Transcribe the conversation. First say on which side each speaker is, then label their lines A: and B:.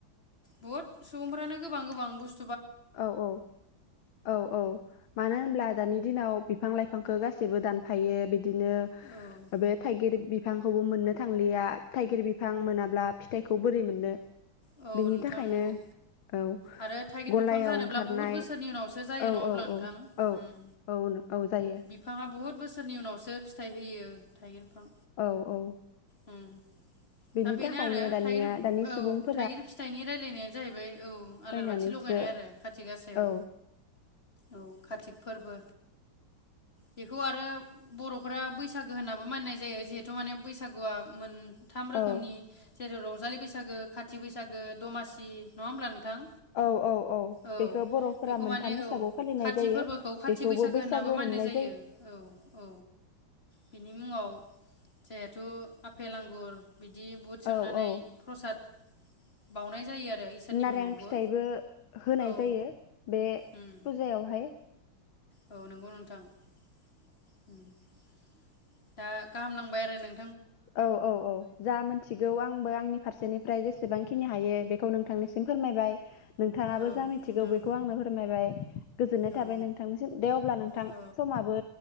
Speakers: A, on the left; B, on the left.
A: बुहुद सुबुंफ्रानो गोबां गोबां बुस
B: औ औ औ औ मानो होनब्ला दानि दिनाव बिफां लाइफांखौ गासिबो दानफायो बिदिनो
A: औ
B: बे थाइगिर बिफांखौबो मोननो थांलिया थाइगिर बिफां मोनाब्ला फिथाइखौ बोरै मोननो।
A: औ
B: बिनि
A: नोंथां
B: थाखायनो
A: नंगौ
B: औ।
A: आरो थाइगिर
B: गलायाव
A: बिफां जानोब्ला
B: ओंखारनाय
A: बुहुत बोसोरनि उनावसो जायो
B: औ
A: नङा
B: औ
A: ब्ला नोंथां
B: औ औ
A: उम
B: औ औ जायो
A: बिफाङा बुहुद बोसोरनि उनाव बावसो फिथाइ होयो थाइगिर बिफां।
B: औ औ।
A: उम।
B: बेनि
A: दा बेनो
B: थाखायनो
A: आरो
B: दानिया
A: थाइगिर
B: दानि
A: औ
B: सुबुंफोर
A: थाइगिर फिथाइनि रायलायनाया जाहैबाय औ आलार
B: बायनानैसो
A: बाथि लगायनाय आरो खाथि गासायाव
B: औ
A: औ कारतिक फोरबो बेखौ आरो बर'फोरा बैसागो होननाबो माननाय जायो जिहेथु माने बैसागुआ मोन थाम रोखोमनि
B: औ
A: जेरै रंजालि बैसागो खाथि बैसागो दमासि नङा होमब्ला नोंं थां
B: औ औ
A: औ
B: बेखौ बर'फोरा
A: बेखौ
B: मोनथाम
A: माने
B: हिसाबाव
A: औ
B: फालिनाय
A: खाथि
B: जायो
A: फोरबोखौ खाथि
B: बेखौबो
A: बैसागो
B: बैसागु
A: होननाबो मानिनाय
B: हमनाय
A: जायो औ औ बिनि मुङाव जेहेथु आफेल आंगुर बिदि बुद सोमनानै
B: औ औ
A: प्रसाद बाउनाय जायो आरो। इसोरनि
B: नारें
A: मुङावबो
B: फिथाइबो होनाय
A: औ
B: जायो बे फुजायावहाय।
A: उम औ नंगौ नोंथां। <inaudible> दा गाहाम नांबाय आरो नों
B: औ औ औ जा मिथिगौ आंबो आंनि फारसेनिफ्राय जेसे जेसेबांखिनि हायो बेखौ नोंथांनिसिम फोरमायबाय। नोंथाङाबो
A: औ
B: जा मिथिगौ
A: नोंथां
B: बेखौ आंनो फोरमायबाय। गोजोननाय थाबाय
A: औ
B: नोंथांनिसिम दे अब्ला नोंथां
A: अ
B: समाबो